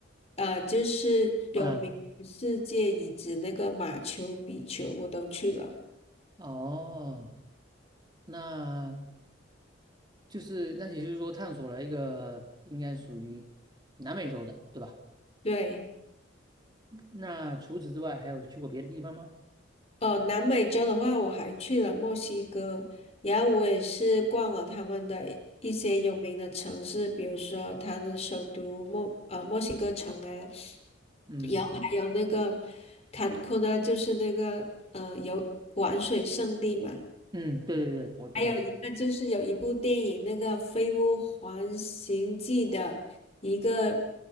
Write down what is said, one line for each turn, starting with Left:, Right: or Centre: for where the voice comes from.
Left: 呃就是有名世界遗址那个马丘比丘，
Right: 嗯，
Left: 我都去了。
Right: 哦，那就是那也就是说探索了一个应该属于南美洲的，对吧？
Left: 对。
Right: 那除此之外还有去过别的地方吗？
Left: 哦，南美洲的话，我还去了墨西哥，然后我也是逛了他们的一些有名的城市，比如说他们首都墨呃墨西哥城啊，
Right: 嗯
Left: 然后还有那个坎昆啊，就是那个呃游玩水圣地嘛，
Right: 嗯，对对对，我知道
Left: 还有一个就是有一部电影那个《飞屋环形记》的一个